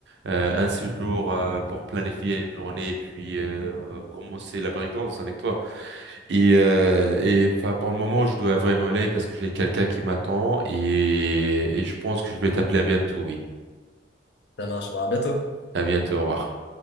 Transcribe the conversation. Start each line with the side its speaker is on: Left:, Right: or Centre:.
Right: euh, un séjour euh, pour planifier une journée et puis euh, euh, commencer la breakdance avec toi. Et, euh, et enfin, pour le moment, je dois vraiment aller parce que j'ai quelqu'un qui m'attend et, et je pense que je vais t'appeler à bientôt, oui.
Left: ça marchera bientôt.
Right: À bientôt, au revoir.